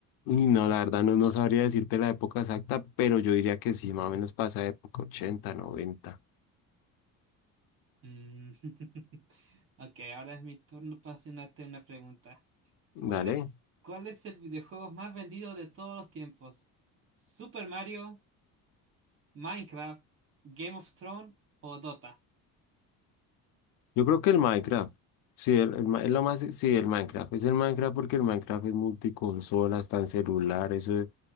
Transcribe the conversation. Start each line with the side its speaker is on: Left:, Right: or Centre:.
Left: Y no, la verdad no, no sabría decirte la época exacta, pero yo diría que sí, más o menos pasa de época ochenta noventa,
Right: Mm, <laughs> Ok, ahora es mi turno para hacerte una pregunta.
Left: Dale.
Right: ¿Cuál es, cuál es el videojuego más vendido de todos los tiempos? ¿Super Mario, Minecraft, Game of Thrones o Dota?
Left: Yo creo que el Minecraft. Sí, el, el
Right: Mm.
Left: Ma- es lo más, sí, el Minecraft. Es el Minecraft porque el Minecraft es multiconsola, está en celular, eso es-